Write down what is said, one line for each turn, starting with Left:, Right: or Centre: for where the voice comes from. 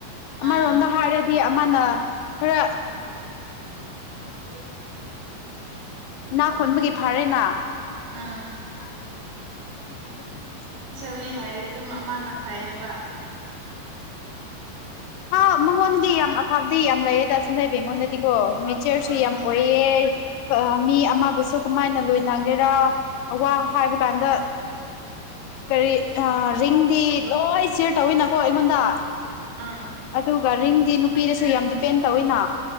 Left: ꯑꯃꯔꯣꯝꯗ
Right: ꯑꯥ
Left: ꯍꯥꯔꯦ ꯑꯃꯅ ꯈꯔ
Right: ꯍ
Left: ꯅꯥ ꯈꯣꯟꯕꯒꯤ ꯐꯥꯔꯦꯅꯥ
Right: ꯑꯥ
Left: <inaudible>
Right: ꯈꯣꯂꯤ ꯍꯥꯏꯔꯗꯤ ꯑꯗꯨꯝ ꯑꯃꯅ ꯐꯩꯌꯦꯕ
Left: ꯎꯝ ꯑ ꯃꯉꯣꯟꯗꯤ ꯌꯥꯝ ꯑꯐꯕꯗꯤ ꯌꯥꯝ ꯂꯩꯌꯦꯗ ꯑꯁꯨꯝ ꯂꯩꯕ ꯑꯩꯉꯣꯟꯗꯗꯤꯀꯣ ꯃꯦꯆꯔꯁꯨ
Right: ꯎꯝ
Left: ꯌꯥꯝ ꯑꯣꯏꯌꯦ ꯃꯤ ꯑꯃꯕꯨꯁꯨ ꯀꯃꯥꯏꯅ ꯂꯣꯏꯅꯒꯦꯔꯥ ꯋꯥ ꯍꯥꯏꯕ ꯀꯥꯟꯗ ꯀꯔꯤ ꯑ ꯔꯤꯡꯗꯤ ꯂꯣꯏ ꯁꯤꯌꯔ ꯇꯧꯋꯤꯅꯀꯣ ꯑꯩꯉꯣꯟꯗ
Right: ꯎꯝ
Left: ꯑꯗꯨꯒ ꯔꯤꯡꯗꯤ ꯅꯨꯄꯤꯗꯁꯨ ꯌꯥꯝ ꯗꯤꯄꯦꯟ ꯇꯧꯋꯤꯅ